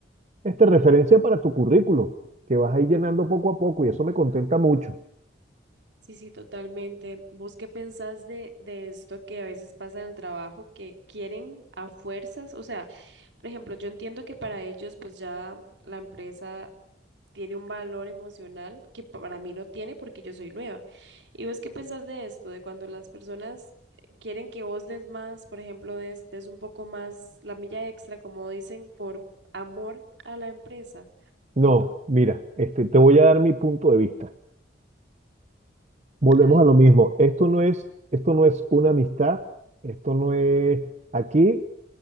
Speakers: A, on the right; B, on the right.
A: este, referencia para tu currículo, que vas a ir llenando poco a poco y eso me contenta mucho.
B: Sí, sí, totalmente. ¿Vos qué pensás de, de esto que a veces pasa en el trabajo, que quieren a fuerzas? O sea, por ejemplo, yo entiendo que para ellos pues ya la empresa tiene un valor emocional que para mí no tiene porque yo soy nueva. ¿Y vos qué pensás de esto? De cuando las personas eh, quieren que vos des más, por ejemplo, des, des un poco más la milla extra, como dicen, por amor a la empresa.
A: No, mira, este, te voy a dar mi punto de vista. Volvemos
B: Dale.
A: a lo mismo. Esto no es, esto no es una amistad, esto no es... Aquí,